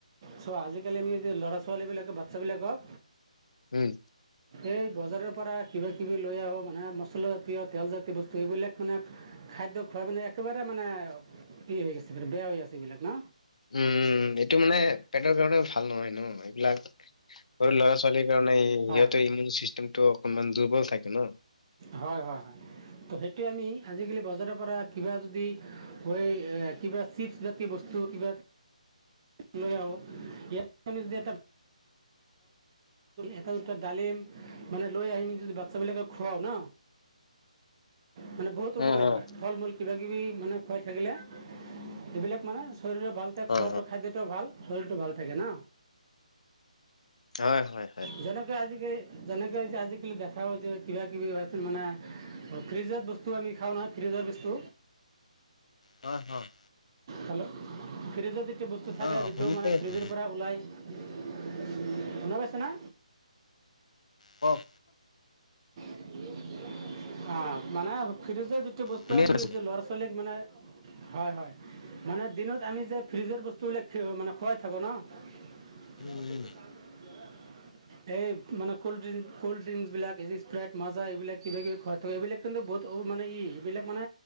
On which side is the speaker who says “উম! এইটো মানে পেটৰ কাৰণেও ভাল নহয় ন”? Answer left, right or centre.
Left